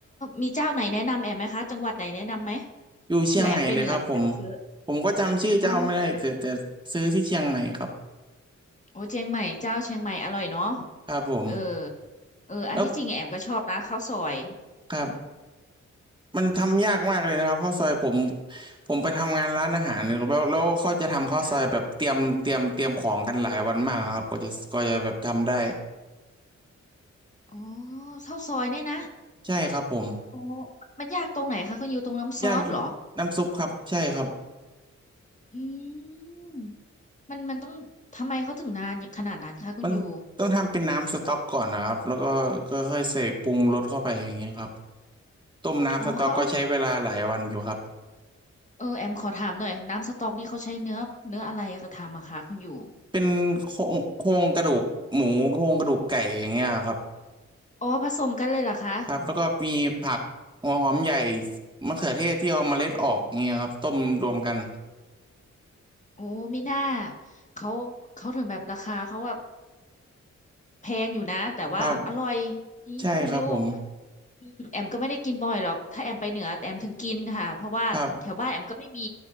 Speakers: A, on the left; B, on the right.
A: มีเจ้าไหนแนะนำแอมไหมคะจังหวัดไหนแนะนำไหม
B: อยู่เชียงใหม่เลยครับผม
A: เผื่อแอมไปเหนือแอมจะไปซื้อ
B: ผมก็จำชื่อเจ้าไม่ได้แต่แต่ซื้อที่เชียงใหม่ครับ
A: อ๋อ โอ้เชียงใหม่เจ้าเชียงใหม่อร่อยเนาะ
B: ครับผม
A: เออเอออันที่จริงแอมก็ชอบนะข้าวซอย
B: แล้วครับ มันทำยากมากเลยนะครับข้าวซอยผม
A: อืม
B: ผมไปทำงานร้านอาหารแล้วแล้วเขาจะทำข้าวซอยแบบเตรียมเตรียมเตรียมของกันหลายวันมากครับก็จะก็จะแบบทำได้
A: อ่าอ๋อข้าวซอยเนี่ยนะ
B: ใช่ครับผม
A: โอ้มันยากตรงไหนคะคุณยูตรงน้ำซอสเหรอ
B: ยากจริงน้ำซุปครับใช่ครับ
A: อืมมันมันต้องทำไมเขาถึงนานขนาดนั้นคะคุณยู
B: มันต้องทำเป็นน้ำสต๊อกก่อนนะครับแล้วก็ก็ค่อยๆใส่ปรุงรสเข้าไปอย่างเงี้ยครับ
A: บอก
B: ต้มน้ำสต๊อกก็ใช้เวลาหลายวันอยู่ครับ
A: อ๋อเขาเอาเออแอมขอถามหน่อยน้ำสต๊อกนี่เขาใช้เนื้อเนื้ออะไรกระทำอะคะคุณยู
B: เป็นโครงโครงกระดูกหมูโครงกระดูกไก่อย่างเงี้ยครับ
A: อ๋อผสมกันเลยเหรอคะ
B: ครับแล้วก็มีผักหัวหอมใหญ่มะเขือเทศที่เอาเมล็ดออกเงี้ยครับต้มรวมกัน
A: โอ้ไม่น่าเขาเขาถึงแบบราคาเขาแบบแพงอยู่นะแต่ว่าอร่อย
B: ครับ
A: จริงคุณยู
B: ใช่ครับผม
A: อืมแอมก็ไม่ได้กินบ่อยหรอกถ้าแอมไปเหนือแต่แอมถึงกินค่ะเพราะว่าแถวบ้านแอมก็ไม่มี
B: ครับ